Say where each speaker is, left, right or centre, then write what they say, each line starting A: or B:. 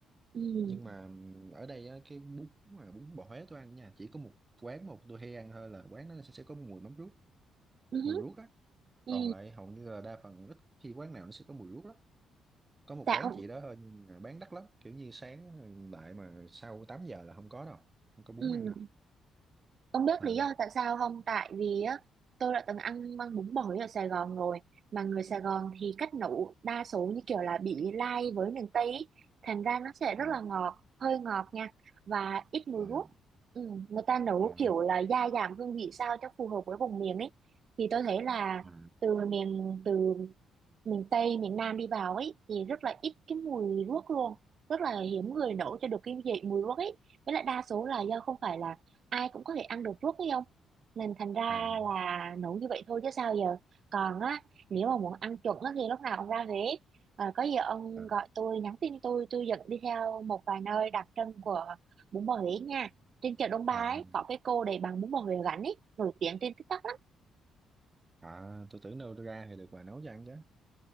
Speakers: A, on the right; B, on the right.
A: Ừ.
B: nhưng mà ừm, ở đây á, cái bún mà bún bò Huế tôi ăn nha chỉ có một quán một tôi hay ăn thôi là quán nó sẽ, sẽ có mùi mắm ruốc
A: Ừ.
B: mùi ruốc á
A: Ừ.
B: còn lại hầu như là đa phần ít khi quán nào nó sẽ có mùi ruốc lắm có một
A: Tại
B: quán
A: ông.
B: chỉ đó thôi nhưng mà bán đắt lắm kiểu như sáng lại mà sau 8 giờ là không có đâu không có bún
A: Ừ.
B: ăn đâu
A: Ông biết
B: là
A: lý do tại sao không? Tại vì á, tôi đã từng ăn măng bún bò ở Sài Gòn rồi. Mà người Sài Gòn thì cách nấu đa số như kiểu là bị lai với miền Tây ý. Thành ra nó sẽ
B: à,
A: rất là ngọt, hơi ngọt nha. Và ít mùi
B: à,
A: ruốc. Ừ, người ta nấu
B: à,
A: kiểu là gia giảm hương vị sao cho phù hợp với vùng miền ấy. Thì tôi thấy là
B: à,
A: từ miền từ miền Tây, miền Nam đi vào ấy thì rất là ít cái mùi ruốc luôn. Rất là hiếm người nấu cho được cái vị mùi ruốc ấy. Với lại đa số là do không phải là ai cũng có thể ăn được ruốc ấy không nên thành ra
B: à.
A: là nấu như vậy thôi chứ sao giờ còn á nếu mà muốn ăn chuẩn á thì lúc nào ông ra Huế à có gì ông
B: à,
A: gọi tôi nhắn tin tôi tôi dẫn đi theo một vài nơi đặc trưng của bún bò Huế nha trên chợ Đông Ba
B: à,
A: ấy có cái cô để bán bún bò Huế gắn ấy nổi tiếng trên TikTok lắm
B: à, tôi tưởng đâu ra thì được bà nấu cho ăn chứ